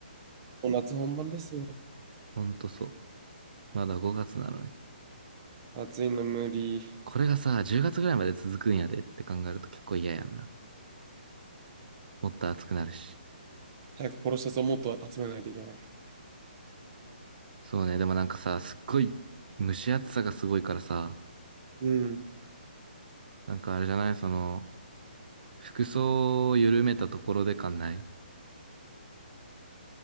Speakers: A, on the right; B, on the right.
A: う夏本番ですよ。
B: ほんとそう。まだ5月なのに。
A: 暑いの無理。
B: これがさ、10月ぐらいまで続くんやでって考えると結構嫌やんな。もっと暑くなるし。
A: 早くポロシャツをもっと集めないといけない。
B: そうね、でもなんかさ、すっごい、蒸し暑さがすごいからさ、
A: うん。
B: なんかあれじゃないその、服装を緩めたところで感ない。